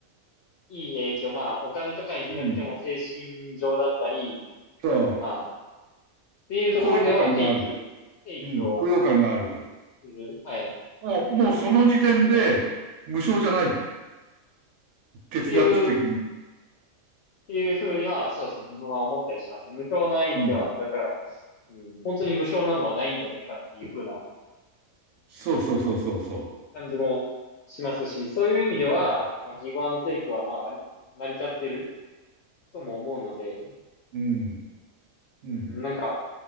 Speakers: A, on the left (about 65°); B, on the right (about 65°).
A: いい影響、まあお金とかにじゃなくても精神上だったり、
B: うん。そう。
A: まあ、っていうところではテイク、
B: 高揚感がある。
A: テイクを
B: うん、高揚感があると。
A: する。はい。っ
B: もう、もうその時点で、
A: ていうのは、っ
B: 無償じゃない。哲学的に。
A: ていう、っていうふうには、そうですね。自分は思ったりしますね。無償の愛っていうのは、
B: うん。
A: だから、うん、本当に無償なのはないんじゃないかっていうふうな
B: そうそうそうそうそ
A: 感じもしますし、そういう意味では、
B: う。
A: まあ、ギブアンドテイクは、まあ、あり成り立ってるとも思うので、
B: うん。うん。
A: うん、なんか、